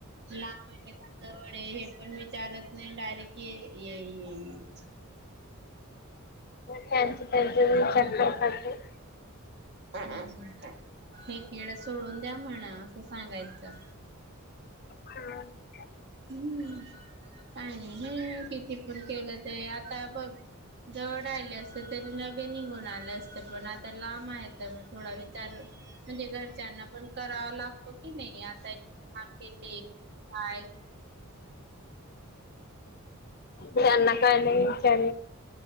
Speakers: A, on the right; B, on the left.
A: लाब आहे तांदळ आहे पण विचारत नाही डायरेक्ट ये
B: त्यांच त्यांच च काते
A: हे कड सोडून द्या म्हणा असं सांगायचं
B: ह <inaudible>
A: हम्म काही नाही हे किती पण केलं ते आता बघ जवळ आले असते तरी नगे निघून आलं असते पण आ तर लांब आहे तर मग थोडा विचार म्हणजे घरच्यांना पण करावा लागतो की नाही आता काय
B: त्यांना काय नाही विचार